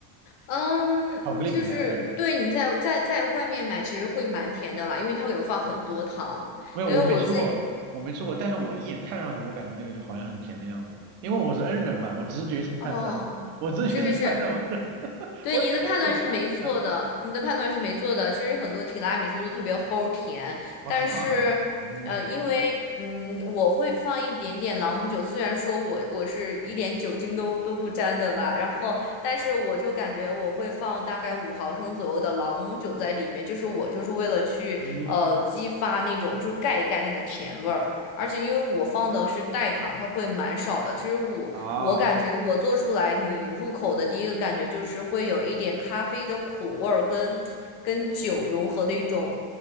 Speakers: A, on the left (about 80°); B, on the right (about 50°).
A: 嗯，
B: 巧克力饼干碎。
A: 就是对你在在在外面买，其实会蛮甜的啦，因为它会有放很多糖。
B: 没有，
A: 因为我自己，
B: 我没吃过，我没吃过，但是我一眼看上去，我感觉那个就好像很甜的样子，因为我是 N 人嘛，我直觉性判断，
A: 哦，
B: 我直觉性判断，
A: 是是是，
B: 我是 <laughs>
A: 对，
B: 我这玩意儿得多甜
A: 你的判断是没错的，你的判断是没错的。其实很多提拉米苏都特别齁甜，
B: 哦，
A: 但是，
B: 是吗？嗯
A: 呃，因为嗯，我会放一点点朗姆酒，虽然说我我是一点酒精都都不沾的吧，然后，但是我就感觉我会放大概五毫升左右的朗姆酒在里面，就是我就是为了去呃激发那种就是盖一盖那个甜味儿。
B: 嗯
A: 而且因为我放的是代糖，它会蛮少的。其实我我感觉我做出来，
B: 啊，嗯
A: 你入口的第一个感觉就是会有一点咖啡的苦味儿跟，跟酒融合的一种